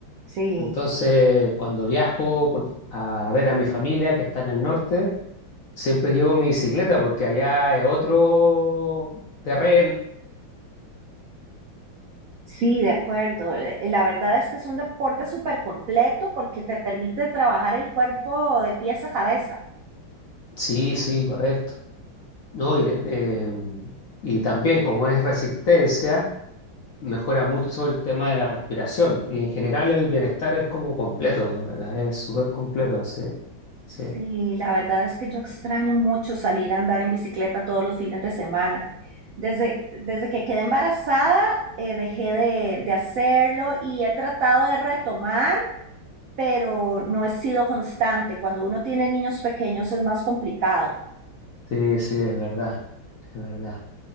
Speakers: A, on the right; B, on the left.
A: sí.
B: Entonces, cuando viajo con- a ver a mi familia que está en el norte, siempre llevo mi bicicleta porque allá es otro terreno.
A: Sí, de acuerdo. Le- La verdad es que es un deporte súper completo porque te permite trabajar el cuerpo de pies a cabeza.
B: Sí, sí, correcto. No, y, de- eh, y también como es resistencia, mejora mucho el tema de la respiración. Y en general el bienestar es como completo, en ¿verdad? Es súper completo, sí.
A: Sí,
B: Sí,
A: la verdad es que yo extraño mucho salir a andar en bicicleta todos los fines de semana. Desde, desde que quedé embarazada, eh, dejé de, de hacerlo y he tratado de retomar, pero no he sido constante. Cuando uno tiene niños pequeños es más complicado.
B: sí, sí, es verdad. Es verdad.